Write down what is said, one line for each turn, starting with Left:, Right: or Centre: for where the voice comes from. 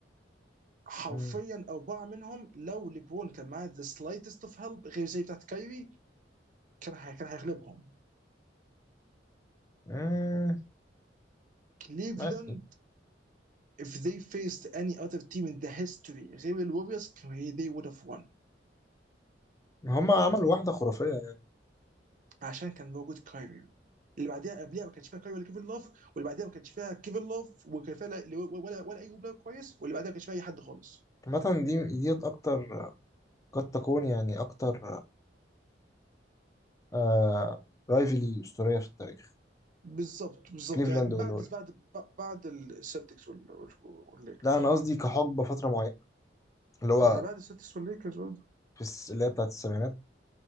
Right: حرفيا
Left: مم.
Right: أربعة منهم لو لبرون كان معاه ذا سلايتست اوف هيلب غير زي بتاعت كايري كان هي- كان هيغلبهم
Left: مم.
Right: كليفلاند
Left: ماشي
Right: if they faced any other team in the history غير الوريوز they would have won
Left: هما عملوا واحدة خرافية يعني
Right: عشان كان موجود كايري اللي بعديها قبلها ما كانش فيها كايري ولا كيفن لوف واللي بعديها ما كانش فيها كيفن لوف وكان فيها لا- ولا ولا اي بلاير كويس واللي بعديها ما كانش فيها اي حد خالص
Left: عامة دي ديت أكتر قد تكون يعني أكتر آه رايفلي أسطورية في التاريخ
Right: بالظبط بالظبط
Left: كليفلاند
Right: يعني
Left: والولا
Right: بعد بعد بعد السلتكس والليكرز
Left: لا أنا قصدي كحقبة فترة معينة اللي هو
Right: ما بعد السلتكس والليكرز برضه
Left: في الس... اللي هي بتاعت السبعينات